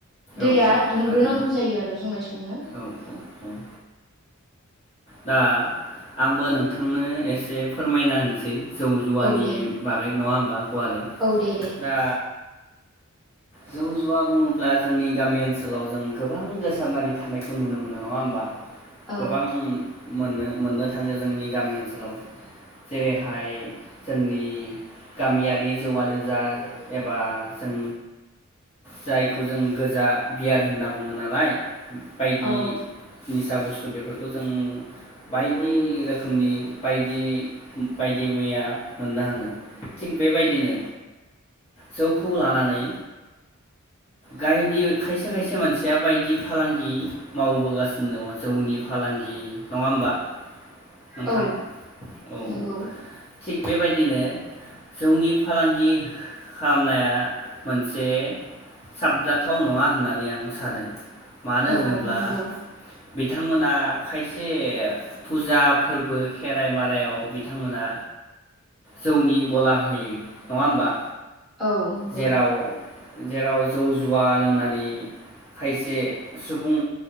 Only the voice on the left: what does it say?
औ औ
थारैनो
औ औ औ दा आंबो नोंथांनो एसे फोरमायना होनोसै जौ जुवानि
बागै नङा होनबा गुवारै
दा जौ जुवा बुङोब्ला जोंनि गामि ओनसोलाव जों गोबां गोसारनानै थानायखौ नुनो मोनो नङा होमबा
गोबां मोननो मोननो थाङो जोंनि गामि ओनसोलाव जेरैहाय जोंनि गामियारि जौआनो जा एबा जों जायखौ जों गोजा बियार होनना बुङो नालाय बायदि
निसा बुस्थु बेफोरखौ जों बायदि रोखोमनि बायदि बायदि मैया मोननो हाङो थिग बेबायदिनो जौखौ लानानै गायदि खायसे खायसे मानसिया बायदि फालांगि मावबोगासिनो दङ जौनि फालांगि नङा होमबा नोंथां
औ
औ थिग बेबायदिनो जौनि फालांगि खालामनाया मोनसे साबजाथाव नङा होननानै आं सानो मानो
होनोब्ला
बिथांमोना खायसे फुजा फोरबो खेराइ मारायाव बिथांमोना जौनि गला होयो नङा होमबा
जेराव जेराव जौ जुवा लोंनानै खायसे सुबुं